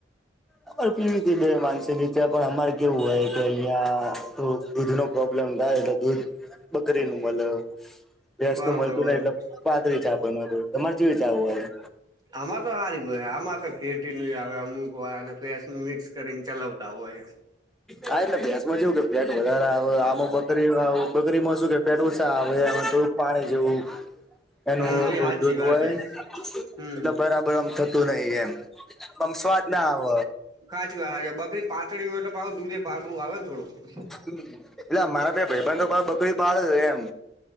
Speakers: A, in the centre; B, on the right (about 20°).
A: અમારે પીવી બે માનસી ની ચા પણ અમારે કેવું હોય કે અહિયાં. તો દૂધનો પ્રોબ્લેમ થાય એટલે દૂધ બકરી નું મલે. ભેંસનું
B: બરોબર
A: મળતું
B: બરોબર
A: નય એટલે પાતળી ચા બનવા તમારે કેવી ચા હોવા છે.
B: આમાં તો હા જ હોય આમાં તો ફેટી ન આવે અમુક વાર અને ભેંસનું મિક્સ કરીને ચલાવતા હોય.
A: હા એટલે ભેંસમાં જેવું કે ફેટ વધારે આવે આમાં બકરી બકરી માં શું કે. ફેટ ઓછા આવે એમાં થોડું પાણી જેવું એનું
B: હમ એ
A: થોડુંક
B: સાચી
A: દૂધ
B: વાત
A: હોય.
B: હે હમ
A: એટલે બરાબર આમ થતું નહિ એમ આમ સ્વાદ ના આવ.
B: હાચી વા બકરી પાતળી હોય એટલે દૂધે પાહૂ પાતળું આવે ને થોડું.
A: હા એટલે મારા બે ભાઈબંધ બકરી પાળે છે એમ.